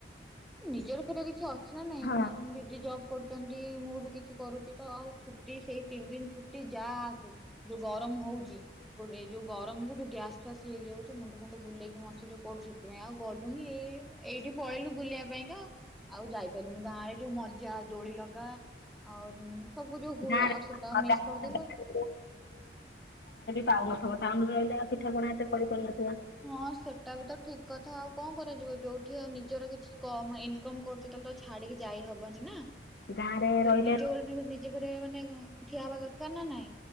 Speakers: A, in the centre; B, on the left.
A: ନିଜର ଫଷର କିଛି ଅଛି ନା ନାଇଁ
B: ହଁ।
A: ଦିଦି ଜବ୍ କରୁଛନ୍ତି ମୁଁ ବି କିଛି କରୁଛି ତ ଆଉ ଛୁଟି ସେଇ ତିନି ଦିନ ଛୁଟି ଯାହା ଆସେ ଯୋଉ ଗରମ ହଉଛି ଗୋେ ଯୋଉ ଗରମ କ ଯୋଉ ଗ୍ୟାସ ଫାସ ହେଇଯାଉଛି ମୁଣ୍ଡ ଫୁଣ୍ଡ ବୁଲକିଣିଷ ଯୋଉ ପଢୁ ସେଥିାଇଁ ଆଉ ଗଲୁ ହି ଏଇଠି ପେଇୁ ବୁଲିବାକୁ ପାଇଁକା ଆଉ ଯାଇପାରିଲୁନି ଗାଁ ରେ ଯୋଉ ମଜା ଦୋଳି ଲଗା ଆଉ ସବୁ ଯୋଉ ହୁଏ
B: ଗାଁରେ
A: ଆଉ ସେଟା ମିସ୍
B: ଗାଁରେ
A: କରିଦେଲୁ
B: ଟାଉନଥବ ଟାଉନରେ ରହିଲା ପିଠାଣା ଏତେ କରିପାରୁନ
A: ହଁ ସେଟା ବି ତ ଠିକ କଥା ଆଉ କଣ କରାଯିବ ଯୋଉଠି ଆଉ ନିଜର କିଛି କମ ଇନକମ କରୁଛି ତାହେଲେ ତ ଛାଡିକି ଯାଇହବନି ନା ଆଉରେ
B: ଗାଁରେ ରହିଲେ
A: ନିଜ ଗୋଡ ନିଜେ ଫରେ ମାନେ ଠିଆ ହବା ଦରକାର ନା ନାଇଁ